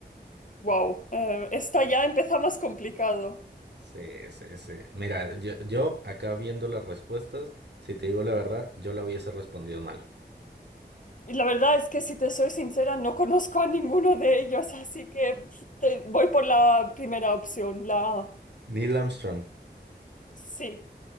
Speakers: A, on the left; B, on the right.
A: Wow, eh, esta ya empieza más complicado.
B: Sí, sí, sí. Mira, yo, yo acá viendo las respuestas, si te digo la verdad, yo la hubiese respondido mal.
A: Y la verdad es que si te soy sincera, no conozco a ninguno de ellos, así que pf, te- voy por la primera opción, la A.
B: Neil Armstrong.
A: Sí,